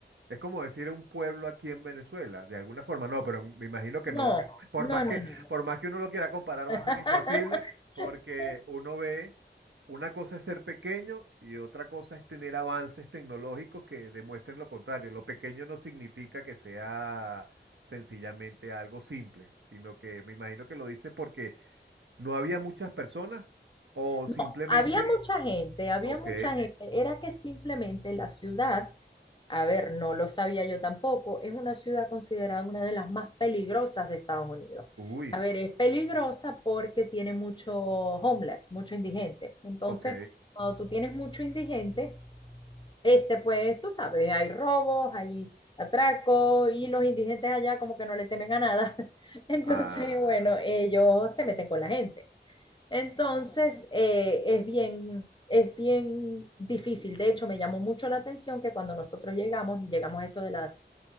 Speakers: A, on the right; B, on the left.
A: Es como decir un pueblo aquí en Venezuela, de alguna forma. No, pero me imagino que
B: No,
A: no. Por
B: no,
A: más que,
B: no, no. no.
A: por más que uno lo quiera comparar,
B: <laughs>
A: va a ser imposible porque uno ve, una cosa es ser pequeño y otra cosa es tener avances tecnológicos que demuestren lo contrario. Lo pequeño no significa que sea sencillamente algo simple, sino que me imagino que lo dice porque no había muchas personas o
B: No,
A: simplemente,
B: había mucha gente, había
A: ok,
B: mucha gente. Era que simplemente la ciudad, a ver, no lo sabía yo tampoco, es una ciudad considerada una de las más peligrosas de Estados Unidos.
A: uy,
B: A ver, es peligrosa porque tiene mucho homeless, mucho indigente. Entonces,
A: ok,
B: cuando tú tienes mucho indigente, Este, pues, tú sabes, hay robos, hay atracos y los indigentes allá como que no le temen a nada. <laughs> Entonces,
A: ah,
B: bueno, ellos se meten con la gente. Entonces, eh, es bien, es bien difícil. De hecho, me llamó mucho la atención que cuando nosotros llegamos, llegamos a eso de las,